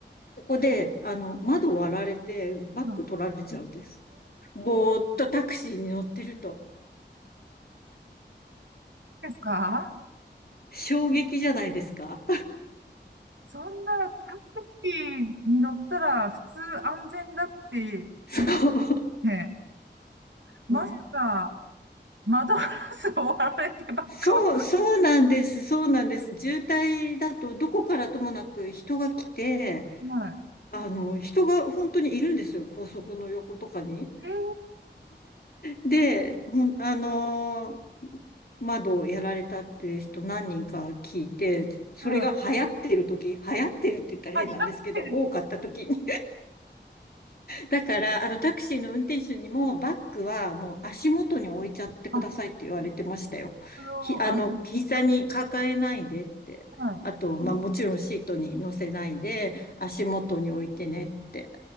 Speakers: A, on the left (about 55°); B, on the right (about 85°).
A: そこで、あの、窓割られてバッグ取られちゃうんです。
B: い。はい
A: ぼーっとタクシーに乗ってると。
B: ですか
A: 衝撃じゃないですか
B: そんなタクシーに乗ったら普通安全だって思っ
A: <laughs> そう。
B: て、まさか
A: うん
B: 窓ガラスを割られてバッグを。
A: そう、そうなんです。そうなんです。渋滞だと、どこからともなく人が来て、
B: は
A: あの、人が本当にいるんですよ。高速の横とかに。
B: い。えー、
A: で、で、ほん、あのー窓をやられたっていう人何人か聞いて、それが流行ってる時、
B: はい。
A: 流行ってるって言ったら変なんですけど、
B: あ、光ってる。
A: 多かった時にだから、あの、タクシーの運転手にも、バッグはもう足元に置いちゃってくださいって言われてましたよ。
B: あ、その、
A: ひ、あの、
B: あ、
A: 膝に抱えないでって。
B: はい。
A: あと、まあ、もちろんシートに乗せないで、足元に置いてねって。